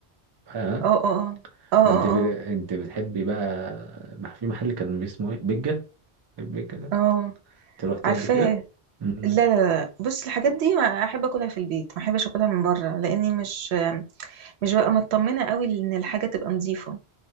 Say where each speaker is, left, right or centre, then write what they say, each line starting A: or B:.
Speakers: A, on the right; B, on the right.
A: ها
B: اه اه اه اه
A: ده انت ب...
B: اه
A: انت بتحبي بقى مح- في محل كان اسمه ايه بيجا البيجا ده
B: اه آه.
A: انت رحتيه
B: عارفاه
A: قبل كده امم
B: لا لا لا بص الحاجات دي ما احب اكلها في البيت ما احبش اكلها من بره لاني مش مش ببقى مطمنة قوي ان الحاجة تبقى نظيفة